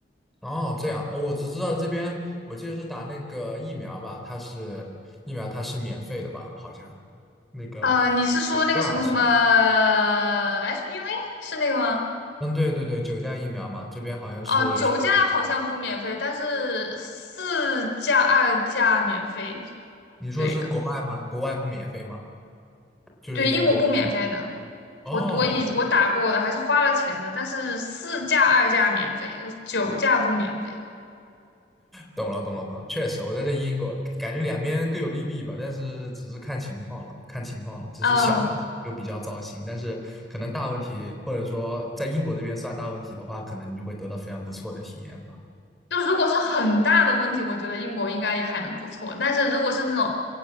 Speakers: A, in the centre; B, on the left.
A: 哦这样哦，我只知道这边我记得是打那个疫苗吧，它是疫苗它是免费的吧？好像那个
B: 啊，你是说那个什么什么
A: 九价是，
B: HPV 是那个吗？
A: 嗯对对对，九价疫苗嘛，这边好像是全民
B: 哦，九价好像不免费，但是四价、二价免费。
A: 你说是国外吗？
B: 对的，
A: 国外不免费吗？就是英国这边
B: 对，英国不免费的。
A: 哦
B: 我我以我打过的，还是花了钱的，但是四价、二价免费，就是九价不免费。
A: 懂了，懂了，懂了。确实，我在这英国，感觉两边各有利弊吧，但是只是看情况了，看情况了。只是小问题就比较糟心，
B: 嗯，
A: 但是可能大问题，或者说在英国这边算大问题的话，可能你就会得到非常不错的体验吧。
B: 就是如果是很大的问题，我觉得英国应该也还能不错。但是如果是那种